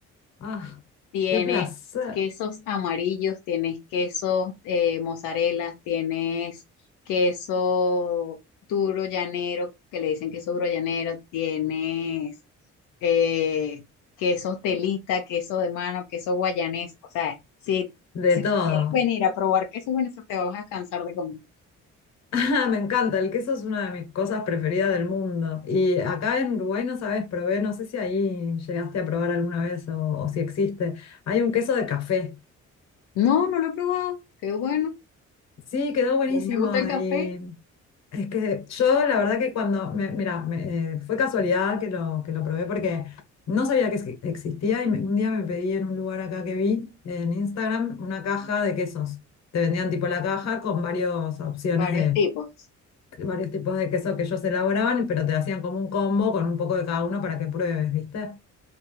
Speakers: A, on the left (about 60°); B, on the left (about 85°).
A: Ah,
B: tienes
A: qué placer.
B: quesos amarillos, tienes quesos eh, mozzarella, tienes queso duro llanero, que le dicen queso duro llanero, tienes eh, quesos telita, queso de mano, queso guayanés. O sea, si
A: De todo.
B: quieres venir a probar quesos venezolanos, te vas a cansar de comer.
A: Ah, me encanta, el queso es una de mis cosas preferidas del mundo. Y acá en Uruguay, no sabes, probé, no sé si ahí llegaste a probar alguna vez o, o si existe. Hay un queso de café.
B: No, no lo he probado. Qué bueno.
A: Sí, quedó buenísimo.
B: A mí me gusta el café,
A: Y es que yo, la verdad que cuando, me- mira, me- eh, fue casualidad que lo, que lo probé porque no sabía que ex- existía y me- un día me pedí en un lugar acá que vi en Instagram una caja de quesos. Te vendían tipo la caja con varias opciones
B: varios tipos.
A: varios tipos de queso que ellos elaboraban, pero te hacían como un combo con un poco de cada uno para que pruebes, ¿viste?